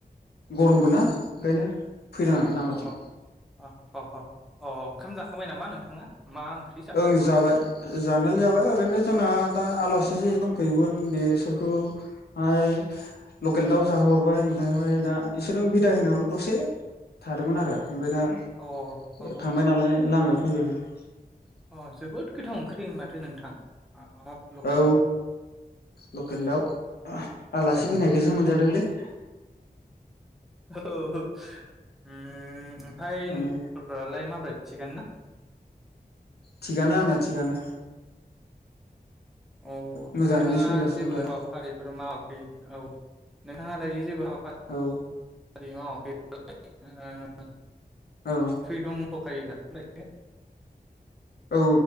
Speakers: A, on the left; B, in the centre.
A: गरमबो ना ओंखायनो। फैदों
B: अ
A: आं लामाथिं
B: ह ह अ <unintelligible> अ ओंखाम जाखांबाय नामा नोंथाङा? मा ओंख्रि जाखो
A: ओं जाबाय जानायाल जाबाय ओरैनो जोंना दा आलासि एसेसे दंफैयोमोन बेसोरखौहाय लकेल दाउ जाहोहरबाय ओमफ्रायहाय दा बिसोरजों बिदाय होनायावनो दसे थादोंमोन आरो। ओमफ्राय दा ओ
B: अ ह ह
A: थांबाय नालाय लामायाव <unintelligible>
B: अ जोबोद गोथाव ओंख्रि माथो नोंथां। हाब लकेल
A: औ
B: दाव
A: लकेल दाव आलासि
B: ओ
A: फैनायखसो मोनजादोंलै। <inaudible>
B: औ उम ओमफाय
A: माने
B: नों <unintelligible> फ्रालाय माबोरै? थिंगानो ना?
A: थिगानो आंना थिगानो।
B: अ
A: मोजाङैनो
B: नोंथाङा
A: सोलिगासिनो
B: जेबो
A: दाथ'
B: हाबाफारिफोर मावाखै औ नोंथाङा <unintelligible>
A: औ
B: <unintelligible>
A: औ
B: थै दंथ खायोदा। <unintelligible>
A: औ